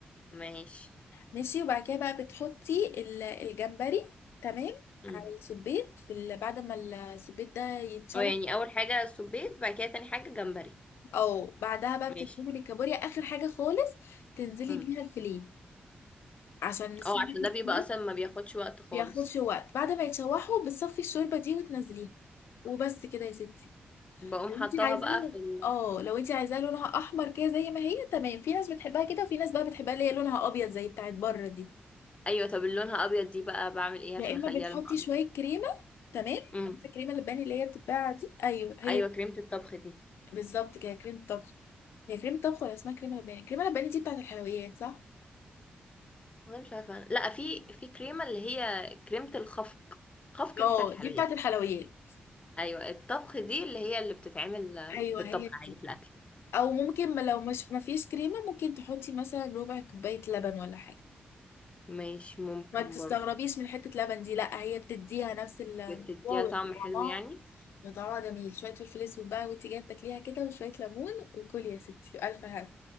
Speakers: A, on the left; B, on the left.
A: ماشي
B: ماشي وبعد كده بقى بتحطي ال- الجمبري تمام
A: امم
B: على السبيت في ال... بعد ما السبيت ده يتشوح
A: اه يعني اول حاجة سبيت بعد كده تاني حاجة جمبري
B: او بعدها بقى
A: ماشي
B: بتنزلي بالكابوريا اخر حاجه خالص تنزلي
A: امم
B: بيها الفيليه عشان نسيب
A: اه عشان ده
B: الحمام
A: بيبقى اصلا ما بياخدش وقت خالص
B: بياخدش وقت بعد ما يتشوحوا بتصفي الشوربة دي وتنزليها وبس كده يا ستي
A: بقوم حطاها
B: لو انت عايزاها
A: بقى في ال...
B: اه لو انت عايزاها لونها احمر كده زي ما هي تمام في ناس بتحبها كده وفي ناس بقى بتحبها اللي هي لونها ابيض زي بتاعت بره دي
A: ايوه طب اللي لونها ابيض دي بقى بعمل ايه
B: يا
A: عشان
B: اما
A: اخليها
B: بتحطي
A: لونها
B: شوية
A: ابيض
B: كريمة تمام
A: امم
B: عارفة الكريمة اللباني اللي هي بتتباع دي ايوه هي
A: ايوه كريمة الطبخ دي
B: بالظبط كده كريمة طبخ هي كريمة طبخ ولا اسمها كريمة لباني الكريمة اللباني دي بتاعت الحلويات صح
A: والله مش عارفه أنا. لا في في كريمه اللي هي كريمه الخفق خفق
B: اه
A: دي بتاعت الحلويات
B: دي بتاعت الحلويات
A: ايوه الطبخ دي اللي هي اللي بتتعمل آه،
B: ايوه
A: بالطبخ
B: هي دي
A: عادي في الاكل
B: او ممكن ما- لو مش ما فيش كريمه ممكن تحطي مثلا ربع كوبايه لبن ولا حاجه
A: مش ممكن
B: ما تستغربيش
A: برضه
B: من حته لبن دي لا هي بتديها نفس الموضوع
A: بتديها
B: وطعمها
A: طعم حلو يعني
B: طعمها جميل شويه فلفل اسود بقى وانت جايه بتاكليها كده وشويه ليمون وكلي يا ستي الف هنا